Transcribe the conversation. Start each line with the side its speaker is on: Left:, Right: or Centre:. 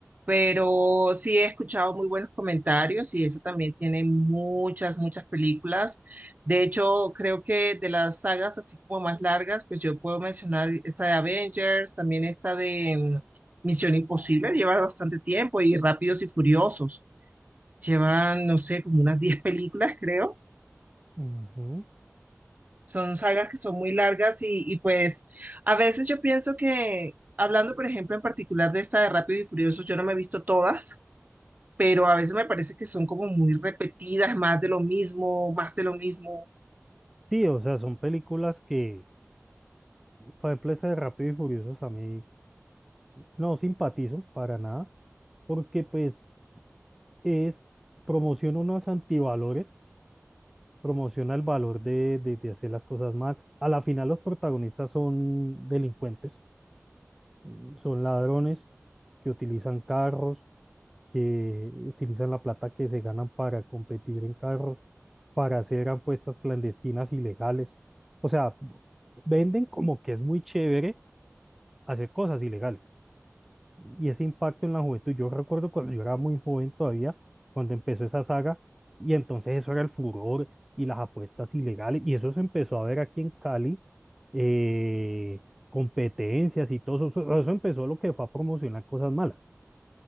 Right: pero sí he escuchado muy buenos comentarios y eso también tiene muchas, muchas películas. De hecho, creo que de las sagas así como más largas, pues yo puedo mencionar esta de Avengers, también esta de mm, Misión Imposible, lleva bastante tiempo y Rápidos y Furiosos. Llevan, no sé, como unas 10 películas, creo.
Centre: Ujú.
Right: Son sagas que son muy largas y, y pues a veces yo pienso que, hablando por ejemplo en particular de esta de Rápidos y Furiosos, yo no me he visto todas, pero a veces me parece que son como muy repetidas, más de lo mismo, más de lo mismo.
Centre: Sí, o sea, son películas que, por ejemplo, esa de Rápido y Furiosos a mí no simpatizo para nada, porque pues es, promociona unos antivalores promociona el valor de, de- de hacer las cosas mal. A la final los protagonistas son delincuentes, mm, son ladrones que utilizan carros, que utilizan la plata que se ganan para competir en carros, para hacer apuestas clandestinas ilegales. O sea, venden como que es muy chévere hacer cosas ilegales y ese impacto en la juventud. Yo recuerdo cuando yo era muy joven todavía, cuando empezó esa saga, y entonces eso era el furor y las apuestas ilegales, y eso se empezó a ver aquí en Cali, eh, competencias y todo eso, eso empezó lo que fue a promocionar cosas malas.